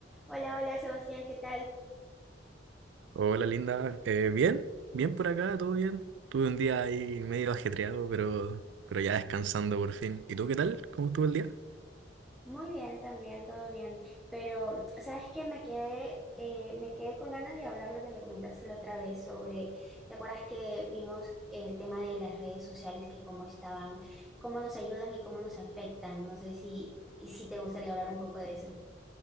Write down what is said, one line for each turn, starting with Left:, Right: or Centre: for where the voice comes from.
Centre: Hola, hola Sebastián, ¿qué tal?
Right: Hola linda, Eh, bien, bien por acá, todo bien. Tuve un día ahí medio ajetreado, pero, pero ya descansando por fin. ¿Y tú qué tal? ¿Cómo estuvo el día?
Centre: Muy bien también, todo bien. Pero, ¿sabes qué? Me quedé, eh, me quedé con ganas de hablar lo que me comentaste la otra vez sobre, ¿te acuerdas que vimos el tema de las redes sociales, que cómo estaban, cómo nos ayudan y cómo nos afectan? No sé si, si te gustaría hablar un poco de eso.